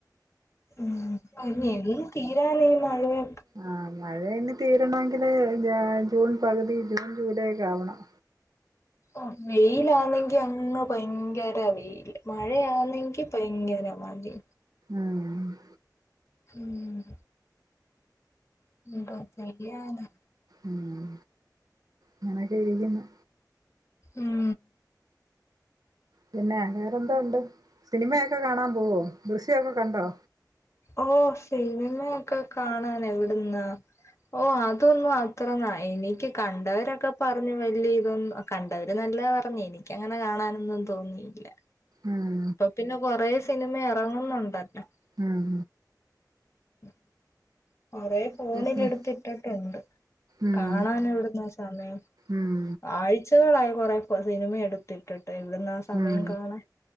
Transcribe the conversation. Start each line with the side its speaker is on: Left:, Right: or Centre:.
Left: ഉം പിന്നെ എന്നും തീരാലയും പഴയെ
Right: ആ മഴേണ് - തീരണെങ്കില് ജ് ജൂൺ പകുതി ജൂൺ ജൂലൈെ ക്കെ ആവണം
Left: ഉം വെയിലാണെങ്കി അങ്ങ് ഭയങ്കര വെയില് മഴയാന്നെങ്കി ഭയങ്കര മഴീ
Right: മ്മ്
Left: ഉം എന്തോ ചെയ്യാനാ
Right: മ്മ് അങ്ങനൊക്കെരിക്കുന്നു
Left: ഉം
Right: പിന്നെ വേറെന്തോണ്ട് സിനിമയൊക്കെ കാണാൻ പോവോ ദൃശ്യൊക്കെ കണ്ടോ
Left: ഓ സിനിമയൊക്കെ കാണാൻ എവിടുന്നാ ഓ അതൊന്നും അത്രന്നാ എനിക്ക് കണ്ടവരൊക്കെ പറഞ്ഞു വല്യതൊന്നു കണ്ടവര് നല്ലതാ പറഞ്ഞു എനിക്കങ്ങനെ കാണാനൊന്നും തോന്നിയില്ല
Right: ഉം
Left: ഇപ്പൊ പിന്നെ കൊറെ സിനിമ ഇറങ്ങുന്നുണ്ടല്ലോ
Right: ഉം
Left: <inaudible> കൊറെേ ഫോണിൽ
Right: ദൃശ്യം
Left: എടുത്തിട്ടിട്ടൊണ്ട്
Right: ഉം
Left: കാണാൻ എവിടുന്നാ സമയം
Right: ഉം
Left: ആഴ്ചകളായി കൊറെ പ്പ സിനിമയെടുത്തിട്ടിട്ട-ഒ - ട്ടയെവിട്ന്നാ സമയം
Right: ഉം
Left: കാണാൻ